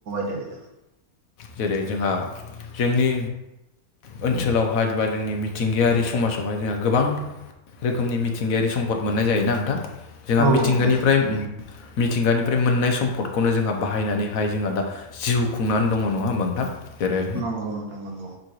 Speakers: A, on the right; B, on the left.
A: <inaudible>
B: जेरै जोंहा जोंनि ओनसोलावहाय बा जोंनि मिथिंगायारि समाजावहाय जोंहा गोबां रोखोमनि मिथिंगायारि सम्पद मोननाय जायो ना नोंथां जोंहा
A: औ
B: मिथिंगानिफ्राय
A: औ नोंथां
B: मिथिंगानिफ्राय मोननाय सम्पदखौनो जोंहा बाहायनानैहाय जोंहा दा जिउ खुंनानै दङ' नङा होनबा नोंथां जेरै
A: नंगौ नोंथां नंगौ